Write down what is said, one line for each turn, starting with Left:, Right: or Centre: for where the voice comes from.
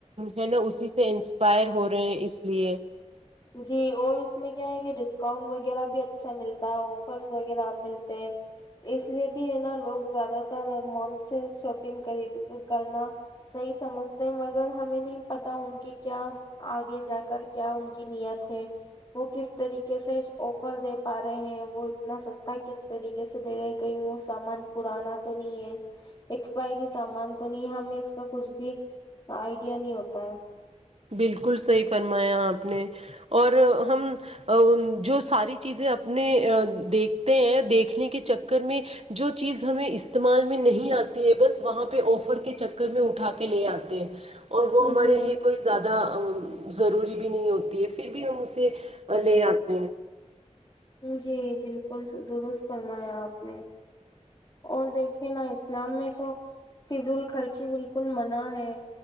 Right: ہے نا اسی سے انسپائر ہو رہے ہیں اس لیے
Left: جی اور اس میں کیا ہے کہ ڈسکاؤنٹ وغیرہ بھی اچھا ملتا ہے آفرز وغیرہ ملتے ہیں اس لیے بھی ہے نا لوگ زیادہ تر مال سے شاپنگ کر کرنا صحیح سمجھتے ہیں مگر ہمیں نہیں پتا ان کے کیا آگے جا کر کیا کی نیت ہے وہ کس طریقے سے آفر دے پا رہے ہیں وہ اتنا سستا کس طریقے سے دے رہے ہیں کہیں وہ سامان پرانا تو نہیں ہے ایکسپائری سامان تو نہیں ہے ہمیں اس کا کچھ بھی آئیڈیا نہیں ہوتا ہے
Right: بالکل صحی فرمایا آپ نے اور ہم جو ساری چیزیں اپنے دیکھتے ہیں دیکھنے کے چکر میں جو چیز ہمیں استعمال میں نہیں آتی ہے بس وہاں پہ آفر کے چکر میں اٹھا کے لے آتے ہیں اور وہ ہمارے
Left: جی
Right: لی زہ ضروری بھی نہیں ہوتی ہے پھر بھی ہم اسے لے آتے ہیں
Left: جی بالکل درست فرمایا آپ نے اور دیکھے نا اسلام میں تو فض ال خرچی بالکل منع ہے